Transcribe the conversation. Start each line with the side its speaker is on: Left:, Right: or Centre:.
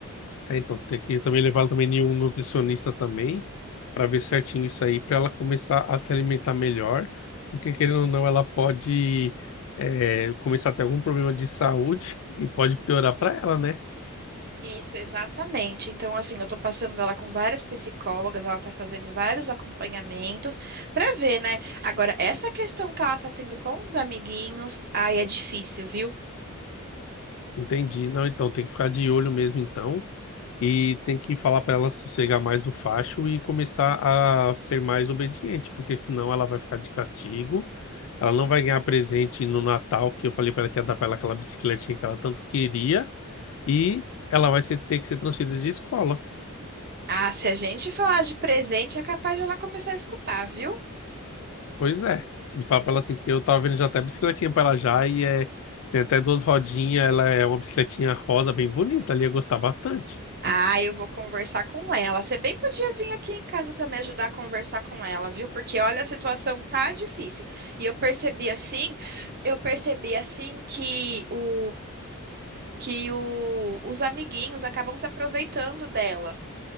Left: É, então, tem que também levar ela também em um nutricionista também, para ver certinho isso aí, para ela começar a se alimentar melhor, porque querendo ou não, ela pode é, começar a ter algum problema de saúde e pode piorar para ela, né?
Right: Isso, exatamente. Então, assim, eu tô passando ela com várias psicólogas, ela tá fazendo vários acompanhamentos pra ver, né? Agora, essa questão que ela tá tendo com os amiguinhos, ai, é difícil, viu?
Left: Entendi. Não, então tem que ficar de olho mesmo, então, e tem que falar para ela sossegar mais o facho e começar a ser mais obediente, porque senão ela vai ficar de castigo. Ela não vai ganhar presente no Natal, que eu falei para ela que ia dar para ela aquela bicicletinha que ela tanto queria. e ela vai ser- ter que ser transferida de escola.
Right: Ah, se a gente falar de presente, é capaz de ela começar a escutar, viu?
Left: Pois é. E fala pra ela assim que eu tava vendo já até bicicletinha pra ela já e é, tem até duas rodinhas, ela é uma bicicletinha rosa bem bonita, ela ia gostar bastante.
Right: Ah, eu vou conversar com ela. Você bem podia vir aqui em casa para me ajudar a conversar com ela, viu? Porque olha, a situação tá difícil. E eu percebi assim, eu percebi assim que o que o- os amiguinhos acabam se aproveitando dela.